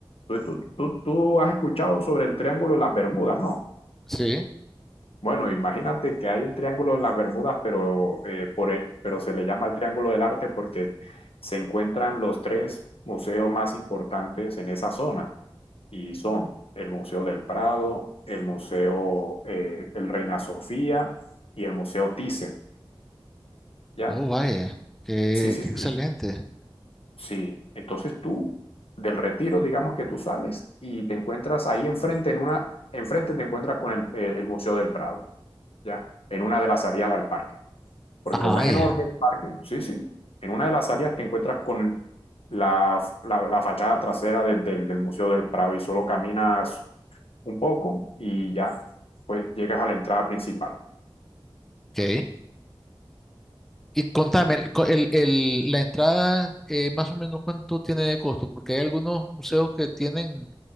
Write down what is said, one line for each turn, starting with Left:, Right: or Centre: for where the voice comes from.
Left: Tú, tú, tú- tú has escuchado sobre el Triángulo de las Bermudas, ¿no?
Centre: Sí.
Left: Bueno, imagínate que hay un Triángulo de las Bermudas, pero, eh, por, e- pero se le llama el Triángulo del Arte porque se encuentran los tres museos más importantes en esa zona y son el Museo del Prado, el Museo eh, el Reina Sofía y el Museo Thyssen, ¿ya?
Centre: Oh, vaya. Qué,
Left: Sí, sí,
Centre: qué
Left: sí.
Centre: excelente.
Left: Sí, entonces tú del retiro, digamos que tú sales y te encuentras ahí enfrente, en una, enfrente te encuentras con el, eh, el Museo del Prado, ¿ya? En una de las salidas al parque, porque
Centre: Ah,
Left: como
Centre: vaya.
Left: es enorme el parque, sí, sí, en una de las salidas te encuentras con la, la, la fachada trasera del, del, del Museo del Prado y solo caminas un poco y ya, pues llegas a la entrada principal.
Centre: Ok. Y contame, el, co- el- el- la entrada, eh, más o menos cuánto tiene de costo, porque hay algunos museos que tienen